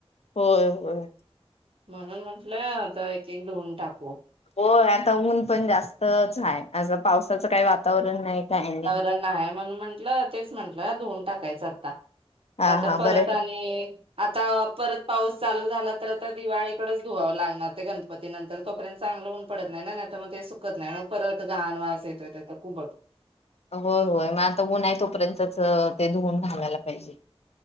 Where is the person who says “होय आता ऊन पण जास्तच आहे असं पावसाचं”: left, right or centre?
Left